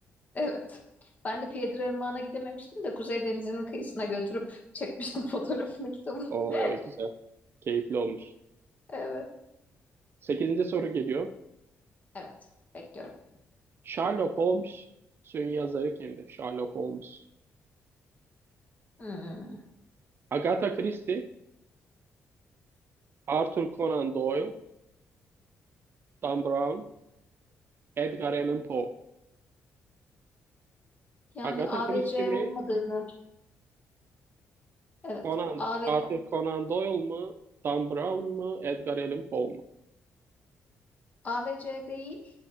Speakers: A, on the left; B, on the right.
A: Evet. Ben de Pedro Irmağı'na gidememiştim de Kuzey Denizi'nin kıyısına götürüp çekmiştim fotoğrafını kitabın.
B: Oo
A: <laughs>
B: güzel. Keyifli olmuş.
A: Evet.
B: Sekizinci soru geliyor.
A: Evet. Bekliyorum.
B: Sherlock Holmes'un yazarı kimdir? Sherlock Holmes.
A: Hmm.
B: Agatha Christie Arthur Conan Doyle, Dan Brown, Edgar Allan Poe.
A: Yani
B: Agatha
A: A
B: Christie
A: ve C
B: mi?
A: olmadığını, evet,
B: Conan,
A: A A ve
B: Arthur Conan Doyle mu? Dan Brown mu? Edgar Allan Poe mu?
A: A ve C değil,